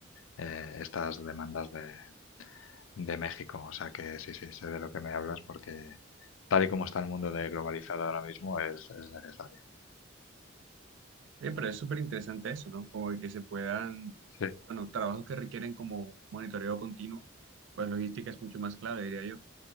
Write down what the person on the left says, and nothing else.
eh, estas demandas de, de México. O sea que sí, sí, sé de lo que me hablas porque tal y como está el mundo de globalizado ahora mismo es, es necesario.
Sí,